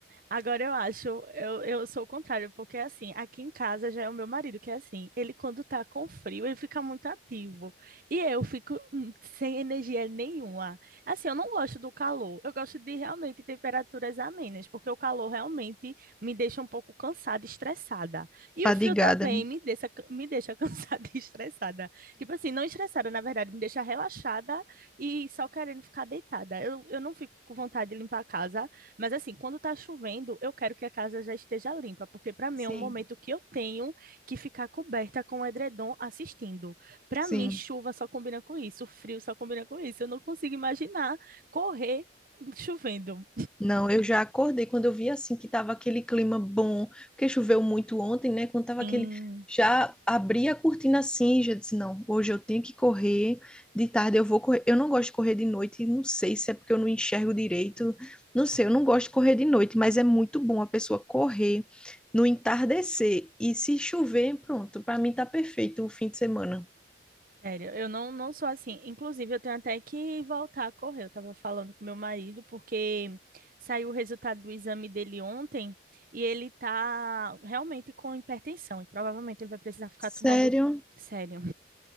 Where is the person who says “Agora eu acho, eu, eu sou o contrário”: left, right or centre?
Right